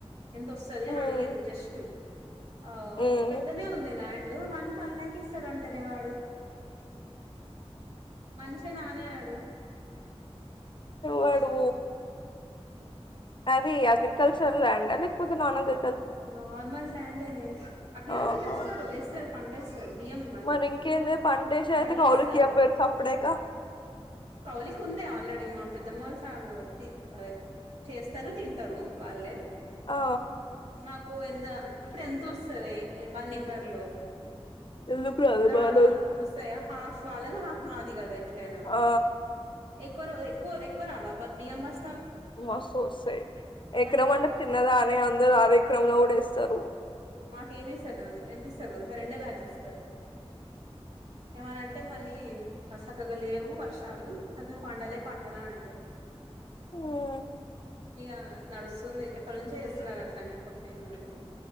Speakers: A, on the right; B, on the left.
A: ఎంత వస్తది అని
B: ఉమ్
A: అడిగిర్రు జస్ట్ ఆ
B: ఉమ్
A: పెద్దనే ఉందే ల్యాండ్ దానికి వన్ ల్యాక్ ఇస్తాడంటనే వాడు మనిషినేనా వాడు వేస్ట్
B: వాడు అది అగ్రికల్చర్ ల్యాండా లేకపోతే నార్మల్గా
A: నార్మల్ ల్యాండే నే అగ్రికల్చర్
B: ఆహా
A: చేస్తారు ఏస్తారు పంట ఏస్త తారు బియ్యం అదే
B: మరి ఇంకేందే పంటేసి
A: వడ్లు
B: అయితే కౌలుకియపోయారు
A: ఏస్తారు
B: సప్పుడేక
A: కౌలికు ఉన్నాయి ఆల్రెడీ మా పెద్దమ్మ వాళ్లు తిత్తారు చేస్తారు తింటారు వాళ్లే
B: ఆ
A: మాకు ఎంత ఇప్పుడు ఎంత వస్తదే వన్ ఎకర్ లో
B: ఎందుకు రాలే
A: రావా
B: బానే వస్తాయి
A: వస్తాయా హాఫ్ వాళ్లది హాఫ్ మాది కదా ఎట్లైనా
B: ఆ
A: ఎక్కువ ఎక్కువ ఎక్కువ రావా బియ్యం బస్
B: మస్తు వస్తాయి ఎకరం
A: వాళ్ళకి మాకు
B: అంటే చిన్నదానే అందరు ఆర ఎకరం లో కూడా ఏస్తారు
A: మాకు ఏమి ఇస్తారు తెలుసా ఎంత ఇస్తారు తెలుసా రెండే బ్యాగులు ఇస్తారు ఏమనంటే మళ్లీ సక్కగా లేవు వర్షాలు సక్కగా పండలే పంటలు అని అంటారు
B: ఉమ్
A: ఇగా నడుస్తుంది ఎప్పటి నుంచే చేస్తున్నారు అట్లనే కొత్త ఏం గాదు